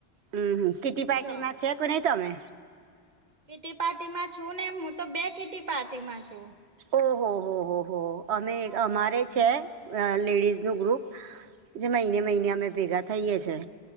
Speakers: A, on the right (about 75°); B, on the right (about 45°).
A: હમ્મ હમ્મ કીટી પાર્ટીમાં
B: જો
A: છે કે નહીં તમે
B: કીટી પાર્ટી માં છું ને હું તો બે કીટી પાર્ટીમાં છું.
A: ઓહો હો હો હો અમે
B: હા
A: અમારે છે. અ લેડીઝ નું ગ્રુપ જે મહિને મહિને અમે ભેગા થઈએ છીએ.